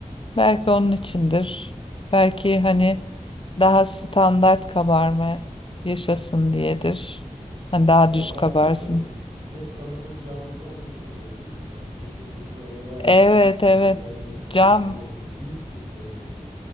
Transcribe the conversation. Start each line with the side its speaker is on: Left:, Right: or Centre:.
Left: Belki onun içindir. Belki hani daha standart kabarma yaşasın diyedir. Hani daha
Right: Ya
Left: düz
Right: belki
Left: kabarsın.
Right: de kek kalıbı camdı onun için öyle oldu yani. Dışı pişmeye devam
Left: Evet
Right: etti. içi
Left: evet.
Right: birden mi soğudu
Left: Cam
Right: ne oldu? Büyüktü bir de böyle.